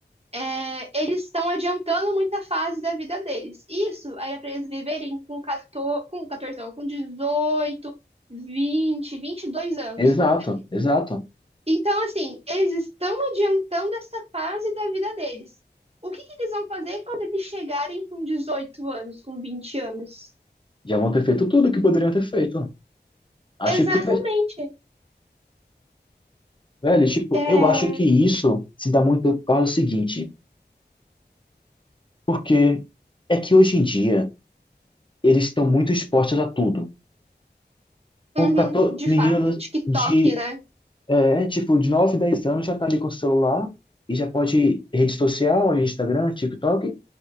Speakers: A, on the right (about 35°); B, on the left (about 25°).
A: é, eles estão adiantando muita fase da vida deles. Isso era para eles viverem com 14, com 14 não, com dezoito, vinte, vinte e dois anos,
B: Exato,
A: confere.
B: exato.
A: Então, assim, eles estão adiantando essa fase da vida deles. O que, que eles vão fazer quando eles chegarem com dezoito anos, com vinte anos?
B: Já vão ter feito tudo que poderiam ter feito. Acho
A: Exatamente.
B: que, ve- velho, tipo,
A: É,
B: eu acho que isso se dá muito por causa do seguinte. Porque é que hoje em dia. eles estão muito expostos a tudo. Com
A: uhum,
B: 14,
A: de
B: menino
A: fato. TikTok,
B: de,
A: né?
B: é, tipo, de 9 10 anos já tá ali com o celular e já pode rede social, Instagram, TikTok,